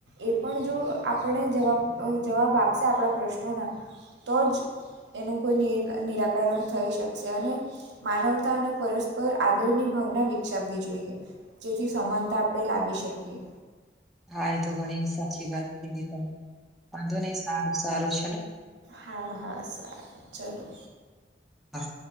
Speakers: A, on the right (about 80°); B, in the centre.
A: એ પણ જો આપડે જવાબ જવાબ આપશે આપડા પ્રશ્નોનોના તો જ એનું કોઈ નિ નિરાકરણ થઈ શકશે અને માનવતા અને પરસ્પર આદરની ભાવના વિકસાવવી જોઈએ. જેથી સમાનતા આપડે લાવી શકીએ.
B: હા એ તો ઘણી સાચી વાત કીધી તમે વાંધો નઈ સારું સારું ચલો
A: હા હા સારું ચલો
B: આ